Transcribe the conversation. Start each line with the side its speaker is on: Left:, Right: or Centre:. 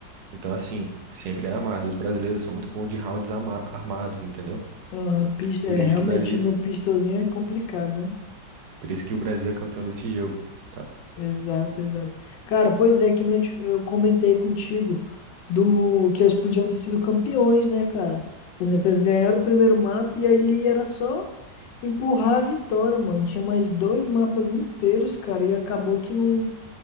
Right: Então, assim, sempre é armado. E Os brasileiros são muito bons de rounds ama- armados, entendeu?
Left: Aham, pista,
Right: Por
Left: é,
Right: isso
Left: realmente
Right: que Brasil,
Left: no pistolzinho é complicado, né?
Right: por isso que o Brasil é campeão desse jogo. tá?
Left: Exato, exato. Cara, pois é, que nem eu te- eu comentei contigo do que eles podiam ter sido campeões, né, cara? Por exemplo, eles ganharam o primeiro mapa e ali era só empurrar a vitória, mano. Tinha mais dois mapas inteiros, cara, e acabou que não,